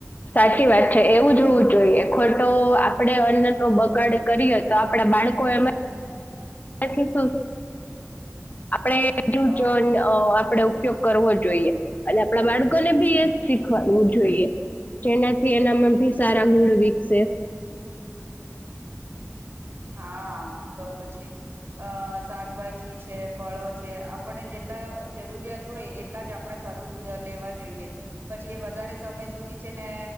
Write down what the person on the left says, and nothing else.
સાચી વાત છે એવું જો હોવું જોઈએ ખોટો આપડે નો બગાડ
કરીએ તો આપણા બાળકો એમમાં થી શુ આપણેે
જ આપણેે ઉપયોગ કરવો જોઈએ. અને આપણા બાળકો ને ભી એ શીખવાડવું જોઈએ. જેનાથી એનામાં ભી સારા ગુણ વિકસે